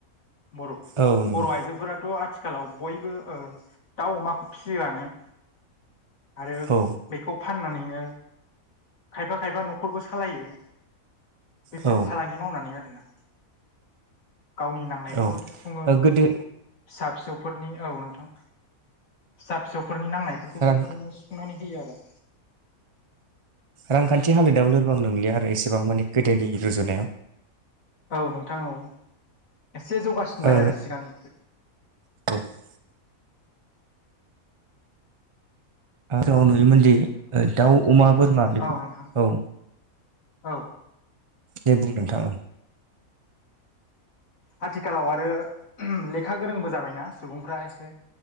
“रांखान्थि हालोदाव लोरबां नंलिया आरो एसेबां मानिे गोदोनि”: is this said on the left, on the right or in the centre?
Right